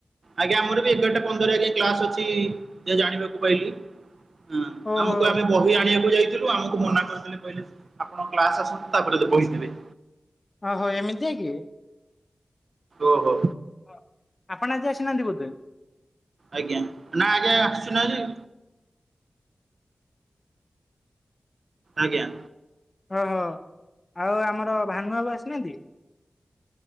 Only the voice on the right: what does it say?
ଆଜ୍ଞା ଆମର ବି ଏଗାରଟା ପନ୍ଦର ଆଜ୍ କ୍ଲାସ ଅଛି ଯ ଜାଣିବାକୁ ପାଇଲି। ହଁ
ଆମକୁ ଆମେ ବହି ଆଣିବାକୁ ଯାଇଥିଲୁ ଆମକୁ ମନା କରିଦେଲେ। କହିଲେ ଆପଣ କ୍ଲାସ ଆସନ୍ତୁ ତାପରେ ବହିନେବେ।
ଓହୋ।
ଆଜ୍ଞା ନା ଆଜ୍ଞା ଆସୁଛୁ ନା ଆଜି। ଆଜ୍ଞା।